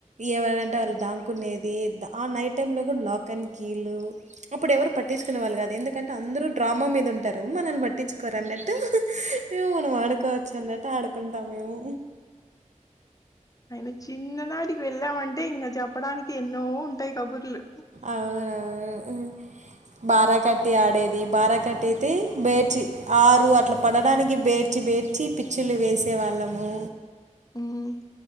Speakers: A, on the right (about 65°); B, on the left (about 25°).
A: ఎవరంటే వాళ్ళు దాంకునేది ఆ నైట్ టైమ్లో గుడా లాక్ అండ్ కీలు అప్పుడు ఎవరు పట్టిచ్చుకునే వాళ్ళు కాదు ఎందు కంటే అందరూ డ్రామా మీద ఉంటారు మనల్ని పట్టించుకోర్ అన్నట్టు మేము మనం ఆడుకోవచ్చు అన్నట్టు ఆడుకుంటాం మేము.
B: అయిన చిన్ననాటికి వెళ్ళామంటే ఇంక చెప్పడానికి ఎన్నో ఉంటాయి కబుర్లు
A: అవునవును బారా కట్టి ఆడేది బారా కట్టి అయితే బేడ్చి ఆరు అట్లా పడడానికి బేడ్చి బేడ్చి పిచ్చులు వేసేవాళ్ళము
B: మ్